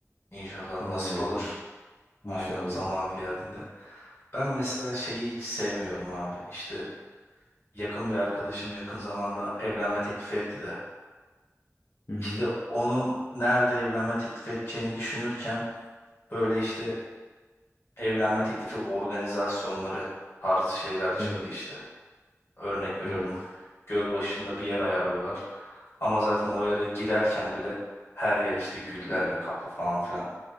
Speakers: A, on the left (about 50°); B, on the left (about 80°).
A: İnşallah
B: Allah
A: nasip
B: Allah.
A: olur. Aynen
B: İnşallah.
A: zamanı geldiğinde. Ben mesela şeyi hiç sevmiyorum abi. İşte yakın bir arkadaşım yakın zamanda evlenme teklifi etti de.
B: Hı
A: İşte
B: hı.
A: onun nerede evlenme teklif edeceğini düşünürken böyle işte evlenme teklifi organizasyonları tarzı şeyler çıktı
B: Evet.
A: işte. Örnek veriyorum.
B: Evet.
A: <laughs> Göl başında bir yer ayarlıyorlar. Ama zaten o yere girerken bile her yer işte güllerle kaplı falan filan.